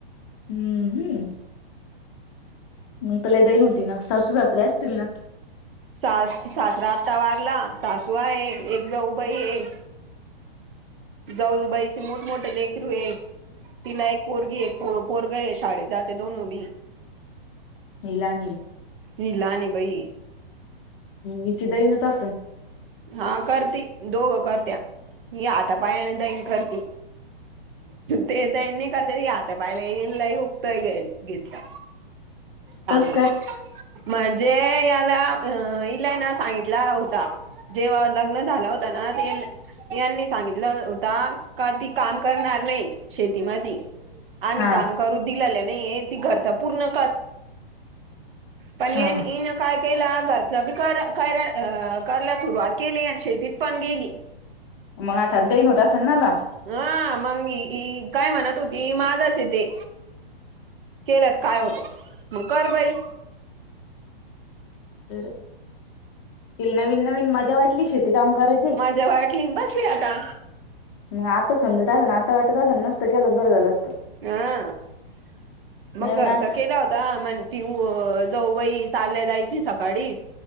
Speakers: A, on the left; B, on the right.
A: हम्म हम्म मग त्याला दई नव्हती ना सासू सासऱ्या असतील ना
B: सास सासरा आातता वारला सासू आहे एक जाऊबाई आहे जाऊबाईचे मोठ मोठे लेकरू आहे तिला एक पोरगी एक पोरग आहे शाळेत जाते दोन उभी
A: हलानी
B: निलाणी बाई
A: हीची दैनच असन
B: हा करती दोघं करत्या ही आतापायाने दैन करती ते द नाही करत त घता पाहिला ये लही उघतय घेतलं काम
A: तस काय
B: म्हणजे याला अ इला ना सांगितला होता जेव्हा लग्न झालं होता ना यांनी सांगितलं होता का ती काम करणार नाही शेतीमध्ये आम्ही
A: हा
B: काम घ पूर्ण पण
A: हा
B: काय गे घरच काय सुरुवात केली आणि शेतीत पण गेली
A: मगा थंदही न दसन ना त
B: हा मग काय म्हणत होती माझाच य ते केलत काय होत मग कर बाई
A: तर ते नवीन नवीन मजा वाटली शेती काम करायची
B: े वाटली बसली आता
A: मग आता समजत असा ना आता वाटत असा ना नसतं केला तर बरं झालं असतं
B: हं मग
A: नवीन
B: घरचा
A: अस
B: केला होता म्हण ती जवबाई चालल्या जायची सकाळी